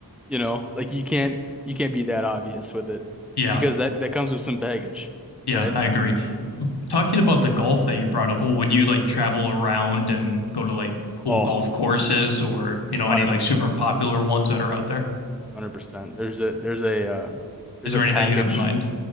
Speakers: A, in the centre; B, on the left.
A: you know, like you can't, you can't be that obvious with it
B: Yeah.
A: because that, that comes with some baggage,
B: Yeah.
A: right?
B: I agree. Talking about the golf that you brought up, well, would you like travel around and go to like cool
A: Oh,
B: golf courses or, you know,
A: 100%.
B: any like super popular ones that are out there?
A: 100%. There's a there's a uh, there's
B: Is there
A: a package.
B: any that you have in mind?